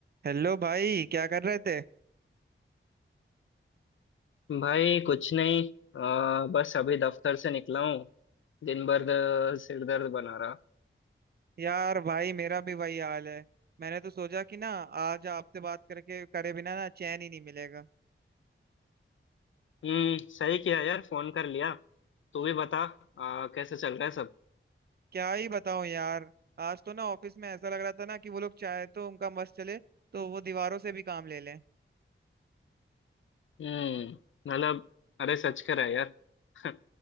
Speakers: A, on the right; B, on the left.
A: Hello भाई क्या कर रहे थे
B: भाई कुछ नहीं आ, बस अभी दफ्तर से निकला हूँ दिन भर द- सिर दर्द बना रहा
A: यार भाई मेरा भी वही हाल है मैंने तो सोचा कि ना आज आपसे बात करके करे बिना ना चैन ही नहीं मिलेगा
B: हम्म सही किया यार फोन कर लिया तू भी बता आ, कैसे चल रहा है सब
A: क्या ही बताऊं यार आज तो ना ऑफिस में ऐसा लग रहा था ना कि वो लोग चाहे तो उनका बस चले तो वो दीवारों से भी काम ले लें
B: हम्म मतलब अरे सच कर रहा है यार <laughs>